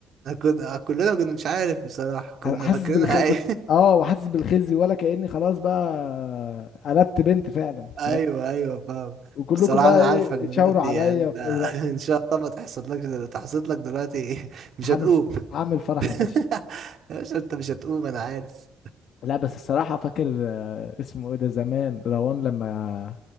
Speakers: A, on the right (about 45°); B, on the left (about 55°).
A: كنا كلنا كنا مش عارف بصراحة كنا
B: حاسس
A: فاكرينها
B: بالخي كنت
A: أي...
B: اه وحاسس بالخزي ولا كاني خلاص بقى قلبت بنت فعلا
A: <laughs>
B: فاهم
A: أيوه أيوه فاهم
B: وكلكم
A: بصراحة
B: بقى
A: أنا
B: ايه
A: عارفك دلوقتي
B: تشاوروا عليا
A: يعني أنت
B: في-
A: <laughs> إن شاء الله ما تحصل لك دلوقتي تحصل لك دلوقتي مش
B: هعمل
A: هتقوم <laughs>
B: هعمل فرح يا باشا
A: يا باشا أنت مش هتقوم أنا عارف
B: لا بس الصراحة فاكر آه، اسمه ايه ده زمان روان لما